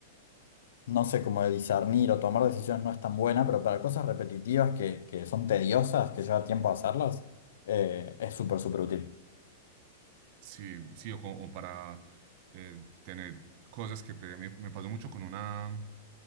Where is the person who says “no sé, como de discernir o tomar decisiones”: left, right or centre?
Left